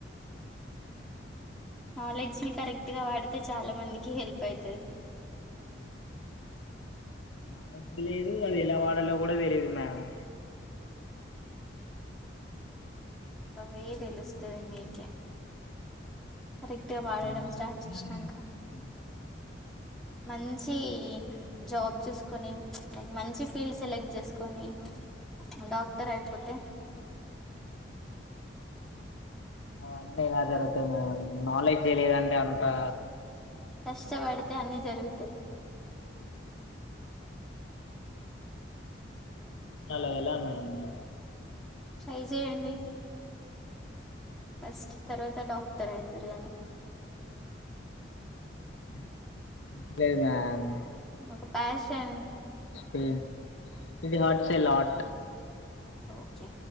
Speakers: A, in the centre; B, on the left.
A: నాలెడ్జ్ ని కరెక్ట్ గా వాడితే చాలా మందికి హెల్ప్ అయితది
B: నాలెడ్జ్ లేదు అది ఎలా వాడాలో కూడా తెలీదు మేమ్
A: అవి తెలుస్తది మీకే కరెక్ట్ గా వాడడం
B: ఆ,
A: స్టార్ట్
B: అప్పుడే
A: చేసినంక
B: తెలుస్తాయి మ్యామ్.
A: మంచీ జాబ్ చూసుకొని లైక్ మంచి ఫీల్డ్ సెలెక్ట్ చేసుకొని డాక్టర్ అయిపోతే
B: అవన్నీ ఇలా జరుగుతము నాలెడ్జ్ ఏ లేదండి అంతా
A: కష్టవడు తె అన్నీ జరుగుతయి
B: అలా ఎలా అన్నాను
A: ట్రై జేయండి ఫస్ట్ తర్వాత డాక్టర్ అయితారు గాని
B: <unintelligible>
A: ఒక ప్యాషన్
B: చేయండి ఇది హట్ సేల్ హాట్
A: ఓకె